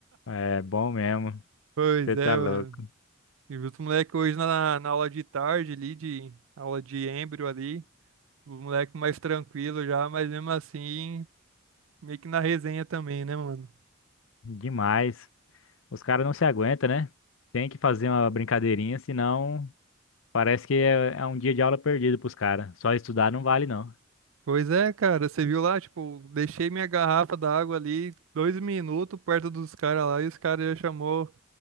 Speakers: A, on the left; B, on the right.
A: é bom mesmo.
B: Pois
A: Você
B: é,
A: tá louco.
B: mano. E os moleques hoje na, na aula de tarde ali, de aula de embrio ali. O moleque mais tranquilo já, mas mesmo assim Meio que na resenha também, né, mano?
A: Demais. Os caras não se aguentam, né? Tem que fazer uma brincadeirinha, senão parece que é, é um dia de aula perdido pros caras. Só estudar não vale, não.
B: Pois é, cara, você viu lá, tipo, deixei minha garrafa d'água ali dois minutos perto dos caras lá e os caras já chamou